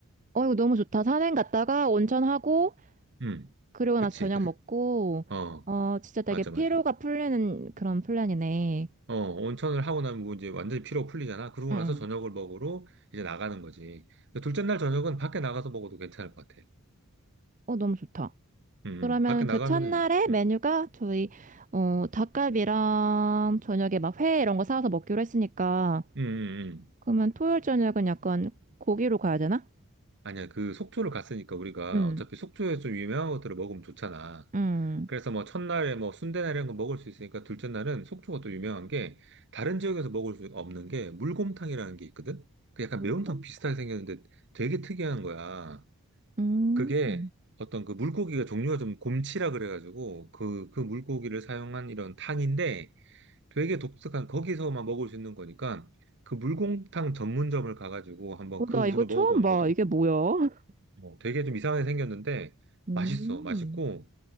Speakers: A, on the right; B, on the right.
A: 어, 이거 너무 좋다. 산행 갔다가 온천하고,
B: 음,
A: 그리고
B: 그치.
A: 나서 저녁
B: 그,
A: 먹고,
B: 어,
A: 어, 진짜 되게
B: 맞아
A: 피로가
B: 맞아.
A: 풀리는 그런 플랜이네.
B: 어, 온천을 하고 나면 뭐 이제 완전히 피로 풀리잖아. 그러고
A: 응,
B: 나서
A: 응.
B: 저녁을 먹으러 이제 나가는 거지. 근데 둘째 날 저녁은 밖에 나가서 먹어도 괜찮을 것 같아.
A: 어, 너무 좋다.
B: 음,
A: 그러면
B: 음. 밖에 나가면은,
A: 그 첫날에 메뉴가
B: 음,
A: 저희, 어, 닭갈비랑 저녁에 막 회 이런 거 사와서 먹기로 했으니까,
B: 음, 음, 음.
A: 그러면 토요일 저녁은 약간 고기로 가야 되나?
B: 아니야, 그 속초를 갔으니까 우리가
A: 응,
B: 어차피 속초에서 좀 유명한 것들을 먹으면 좋잖아.
A: 응.
B: 그래서 뭐 첫날에 뭐 순대나 이런 거 먹을 수 있으니까 둘째 날은 속초가 또 유명한 게 다른 지역에서 먹을 수 없는 게 물곰탕이라는 게 있거든? 그 약간
A: 물곰탕
B: 매운탕 비슷하게 생겼는데 되게 특이한 거야.
A: 음.
B: 그게 어떤 그 물고기가 종류가 좀 곰치라 그래가지고 그, 그 물고기를 사용한 이런 탕인데 되게 독특한 거기서만 먹을 수 있는 거니까 그 물곰탕 전문점을 가가지고 한번
A: 어,
B: 그
A: 나
B: 음식을
A: 이거 처음
B: 먹어보는
A: 봐.
B: 것도
A: 이게 뭐야?
B: 어, 되게 좀 이상하게 생겼는데
A: <laughs>
B: 맛있어 맛있고
A: 음.